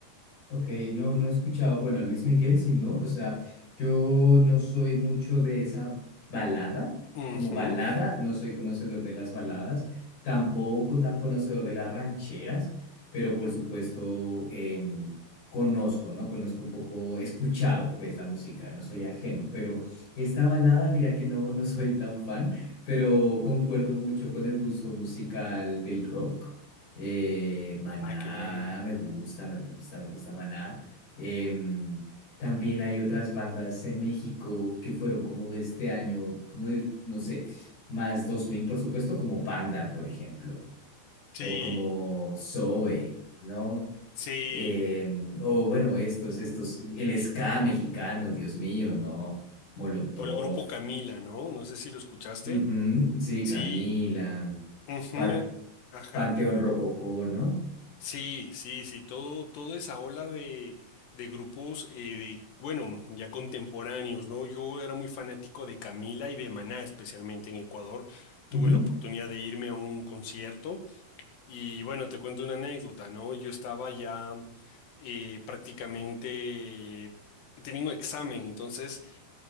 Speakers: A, on the left; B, on the left.
A: Ok, no, no he escuchado, bueno, a Luis Miguel, sí, ¿no? O sea, yo no soy mucho de esa balada,
B: Ujú.
A: como balada, no soy conocedor de las baladas, tampoco tan conocedor de las rancheras, pero por supuesto em, conozco, ¿no? Conozco un poco, he escuchado pues la música, no soy ajeno, pero esta balada, mira que no, no soy tan fan, pero concuerdo mucho con el gusto musical del rock. Eh, Maná,
B: Ah, qué bueno.
A: me gusta, me gusta, me gusta Maná. Em, también hay otras bandas en México que fueron como de este año, como de, no sé, más 2000, por supuesto, como Panda, por ejemplo,
B: Sí,
A: o como Zoe, ¿no?
B: sí.
A: Em, o bueno, estos, estos, el ska mexicano, Dios mío, ¿no? Molotov,
B: O el grupo Camila, ¿no? No sé si lo escuchaste.
A: ujú, sí,
B: Sí.
A: Camila,
B: ujú,
A: Pa-
B: Ajá.
A: Panteón Rococó, ¿no?
B: Sí, sí, sí. Todo, toda esa ola de, de grupos, eh, de- bueno, ya contemporáneos, ¿no? Yo era muy fanático de Camila y de Maná, especialmente en Ecuador. Tuve
A: Ujú.
B: la oportunidad de irme a un concierto y bueno, te cuento una anécdota, ¿no? Yo estaba ya eh, prácticamente, tenía un examen, entonces...